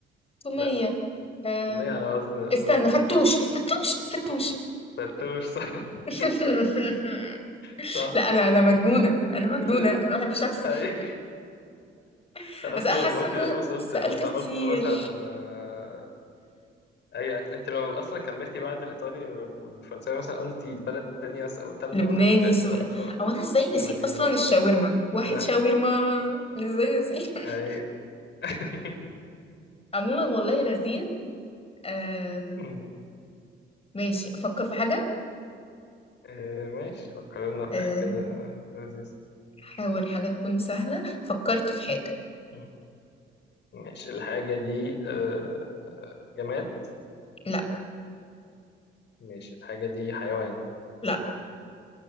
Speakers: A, on the left; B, on the left.
A: تومية
B: لا
A: أم،
B: تومية على وزن
A: استنى
B: ازاي
A: فتوش فتوش فتوش
B: تتوش صح
A: <laughs>
B: <laughs> صح
A: لا انا انا مجنونه انا مجنونه
B: قلت إيه؟
A: انا ما بحبش اخسر
B: أي.
A: <laughs>
B: أنا
A: بس
B: اصلا
A: انا حاسه
B: لما قلت
A: ان
B: دقوس
A: انا
B: قلت
A: سالت
B: انا سا-
A: كتير
B: قلت مثلا آه، اي يعني انت لو اصلا كملتي بعد الايطالي والفرنساوي مثلا قلتي بلد تانية س- او تالتة
A: لبناني
B: مثلا كنت هتوصلي
A: سوري
B: بسرعة
A: او انا ازاي نسيت
B: هو دي
A: اصلا
B: النقطة
A: الشاورما واحد
B: أنا
A: شاورما ازاي نسيت <laughs>
B: أي... <laughs>
A: عموما والله لذيذ آم،
B: أمم.
A: ماشي افكر في حاجه
B: آه، ماشي فكر لنا في
A: آه،
B: حاجة كده لذيذة
A: حاول حاجه تكون سهله فكرت في حاجه
B: مم. ماشي الحاجة دي آه، جماد
A: لا
B: ماشي الحاجة دي حيوان
A: لا